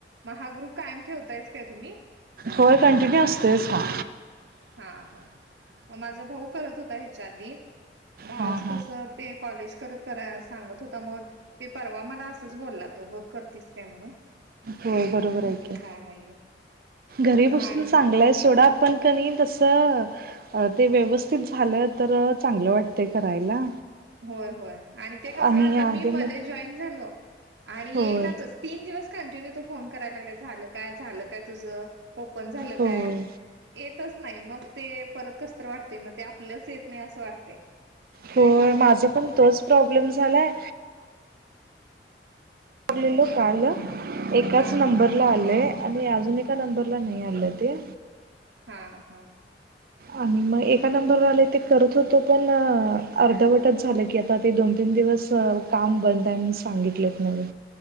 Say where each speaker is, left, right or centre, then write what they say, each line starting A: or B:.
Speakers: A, on the right; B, on the right.
A: मग हा ग्रुप कायम ठेवतायस काय तुम्ही?
B: होय कंटीन्यू असतेच हा
A: हा हा मग माझा भाऊ करत होता ह्याच्या आधी भावाच
B: हा हा
A: कसं ते कॉलेज कर सांगत होता मग ते परवा मला असंच बोलला तो बघ करतीस काय म्हणून
B: होय
A: मग
B: बरोबर
A: बघूया म्हटलं
B: हाय की.
A: काय हाय म्हणून
B: घरी
A: मग
B: बसून
A: आणि परत
B: चांगल हाय सोडा. पण कनई तसं अ ते व्यवस्थित झालं तर चांगलं वाटतं करायला.
A: होय होय आणि ते कस
B: आणि
A: आता मी
B: आधी
A: मध्ये जॉईन झालो. आणि
B: होय
A: येईनातच तीन दिवस कंटिन्यू तू फोन करायला लागला झालं काय झालं काय तुझं ओपन झालं
B: होय
A: काय? येतच नाही, मग ते परत कसतरी वाटतंय. मग ते आपलंच येत नाही असं वाटतंय.
B: होय
A: तरी ट्रानस
B: माझं पण तोच प्रॉब्लेम झालाय. <unintelligible> काल एकाच
A: हा
B: नंबर ला आलंय आणि अजून एका नंबरला नाही आलं ते.
A: हा, हा.
B: आणि मग एका नंबरवर आले ते करत होतो, पण अ अर्धवटच झालं की आता ते दोन तीन दिवस. तर काम बंद आहे म्हणून सांगितलेत म्हणे.